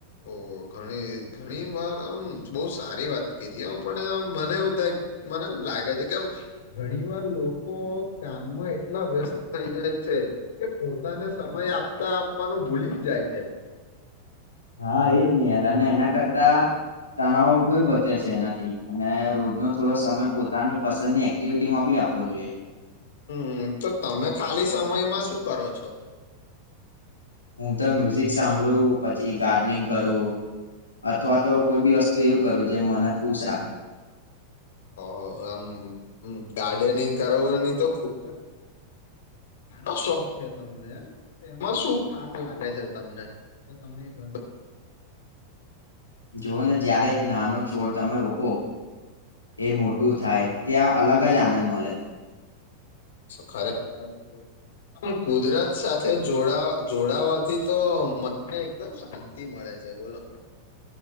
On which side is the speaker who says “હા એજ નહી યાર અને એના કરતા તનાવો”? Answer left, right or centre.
Left